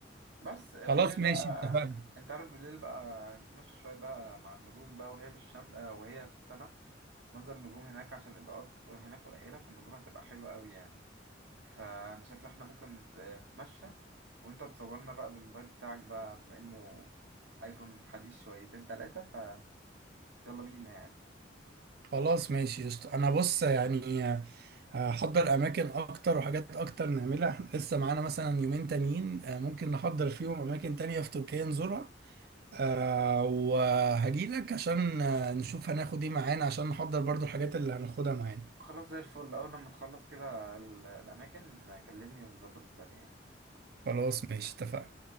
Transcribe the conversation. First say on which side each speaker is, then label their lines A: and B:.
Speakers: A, on the right; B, on the right.
A: بس بالليل
B: خلاص ماشي
A: بقى
B: اتفقنا
A: انت عارف بالليل بقى نتمشى شويه بقى مع النجوم بقى وهي في الشمس آه، وهي في السماء منظر النجوم هناك عشان الاضاءات هناك قليله فالنجوم هتبقى حلوه قوي يعني فانا شايف إن احنا ممكن نت- نتمشى وانت تصورنا بقى بالموبايل بتاعك بقى بما انه ايفون حديث شويتين تلاتة فيلا بينا يعني
B: خلاص ماشي قشطة. انا بص يعني آه، هحضر اماكن اكتر وحاجات اكتر نعملها إحنا لسه معانا مثلا يومين تانيين آه، ممكن نحضر فيهم اماكن تانية في تركيا نزورها آه وهجي لك عشان آه، نشوف هناخد ايه معانا عشان نحضر برضو الحاجات اللي هناخدها معانا
A: خلاص زي الفل اول لما تخلص كده ال- الاماكن كلمني ونظبط الدنيا يعني
B: خلاص ماشي اتفقنا